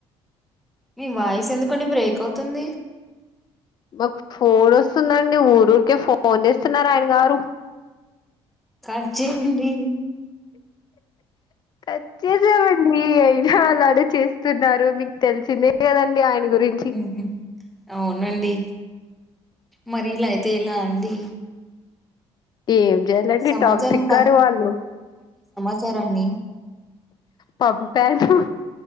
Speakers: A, in the centre; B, on the left.
A: మీ వాయిస్ ఎందుకండి బ్రేక్ అవుతుంది.
B: మాకు ఫోన్ వస్తుందండి. ఊరు ఊరికే ఫోన్ చేస్తున్నారు. ఆయన గారు
A: కట్ చేయండి.
B: కట్ చేసా అయినా అలాగే చేస్తున్నారు. మీకు తెలిసిందే కదండి. ఆయన గురించి
A: ఉ అవునండి. మరి ఇలా అయితే ఎలాఅండి.
B: ఏం చేయాలండి
A: సమాచారం
B: టాక్సిక్ గారు వాళ్ళు
A: వచ్చారా అండి
B: పంపాను.